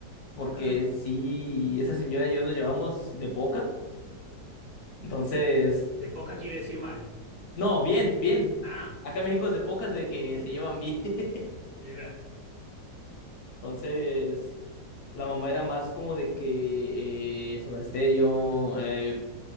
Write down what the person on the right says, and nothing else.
Ajá.
De poca quiere decir mal.
Ah,
mira,